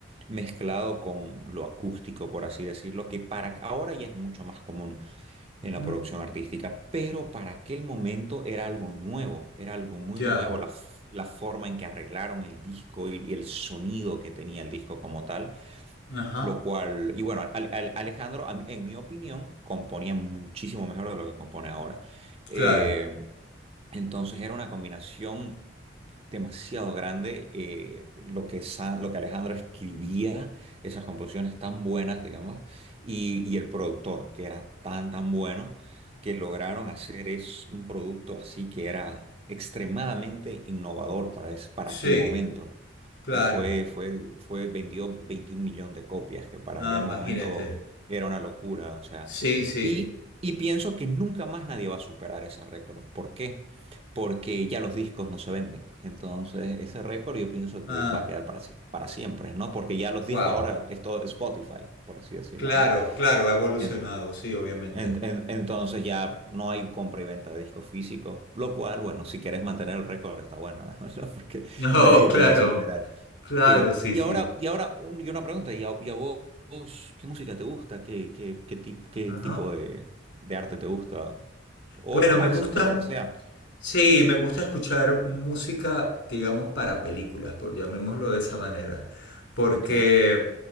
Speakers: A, on the right (about 30°); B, on the left (about 65°).
A: mezclado con lo acústico, por así decirlo, que para ahora ya es mucho más común en
B: Ujú.
A: la producción artística, pero para aquel momento era algo nuevo, era algo muy
B: Ya.
A: nuevo, la, f- la forma en que arreglaron el disco y, y el sonido que tenía el disco como tal,
B: Ajá.
A: lo cual, y bueno, Al- Al- Alejandro, a mí- en mi opinión, componía muchísimo mejor de lo que compone ahora. Eh,
B: Claro.
A: entonces era una combinación demasiado grande eh, lo que, Sa- lo que Alejandro escribía, esas composiciones tan buenas, digamos, y, y el productor, que era tan, tan bueno, que lograron hacer es un producto así que era extremadamente innovador para, es- para
B: Sí.
A: aquel momento
B: Claro.
A: y fue, fue, fue, vendió 21 millones de copias, que para
B: Ah,
A: aquel
B: imagínate.
A: momento era una locura, o sea,
B: Sí, sí.
A: y, y pienso que nunca más nadie va a superar ese récord. ¿Por qué? Porque ya los discos no se venden. Entonces, ese récord yo pienso
B: Ah,
A: que va a quedar para, si- para siempre, ¿no? Porque ya los
B: wow.
A: discos ahora es todo Spotify, por así decirlo,
B: Claro,
A: ¿no?
B: claro, ha evolucionado,
A: En-
B: sí, obviamente.
A: en-
B: <laughs>
A: en- entonces ya no hay compra y venta de discos físicos, lo cual, bueno, si quieres mantener el récord está bueno, <laughs> ¿no? Porque
B: No,
A: nadie
B: claro,
A: te va a superar.
B: claro,
A: Sí,
B: sí,
A: y
B: sí.
A: ahora, y ahora un- y una pregunta, ¿y a, y a vos, vos qué música te gusta? ¿Qué, qué, qué, ti- qué
B: Ajá.
A: tipo de, de arte te gusta? O
B: Bueno,
A: clásica
B: me gusta,
A: o lo que sea.
B: sí, me gusta escuchar música, digamos, para películas, por llamémoslo de esa manera, porque
A: Ok,